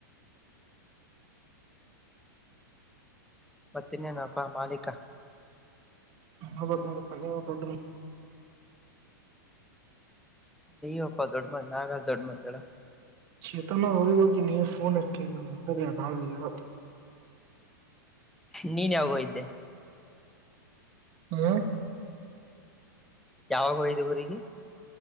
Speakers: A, in the centre; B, on the right.
A: ಪತ್ತಿನೇನಪ ಮಾಲಿಕ.
B: ಹ ನೋಡ ಪನ್ನ ತೊಟ.
A: ನೀವಪ್ಪಾ ದೊಡ್ಡ ಮಂದ್ ನಾಗ ದೊಡ್ಡ ಮಂದಡ.
B: ಚೇತನ ಹಡಿ ಹೋಗಿ ನೀಫೋನ್ ಎಲಿ ನ ಅದ ಬ ಭಾವ ಜಾರ.
A: ನೀನ್ ಯಾವಾಗೋ ಇದ್ದೆ.
B: ಹ್ಮ.
A: ಯಾವಾಗ ಯೋಗಿದೆ ಊರಿಗೆ.